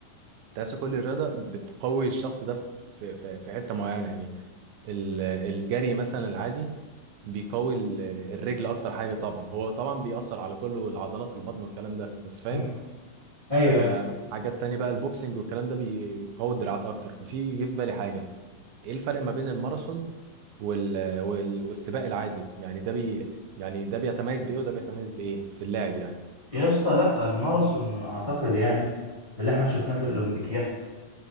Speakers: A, on the right; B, on the left.
A: تحس كل رياضه بتقوي الشخص ده في في في حته معينه يعني ال- الجري مثلا العادي بيقوي ال- الرجل اكتر حاجه طبعا هو طبعا بيأثر على كله العضلات البطن والكلام ده بس فاهم
B: مم. أيوه
A: آه
B: أيوه
A: حاجات تانية بقى البوكسنج والكلام ده بيقوي الدراعات اكتر ففي جه في بالي حاجه ايه الفرق ما بين الماراثون وال... وال... والسباق العادي يعني ده بي... يعني ده بيتميز بايه وده بيتميز بايه في اللعب يعني
B: يا اسطى لا الماراثون أعتقد يعني من اللي احنا شفناه في الأولمبيكيات